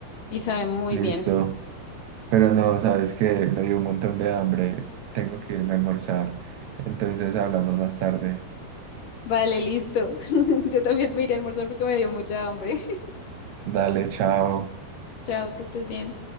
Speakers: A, on the left (about 55°); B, on the right (about 80°).
A: y sabe muy
B: Listo.
A: bien.
B: Pero no, sabes que me dio un montón de hambre. Tengo que irme a almorzar. Entonces hablamos más tarde.
A: Vale, listo. <laughs> Yo también me iré a almorzar porque me dio mucha hambre. <laughs>
B: <laughs> Dale, chao.
A: Chao, que estés bien.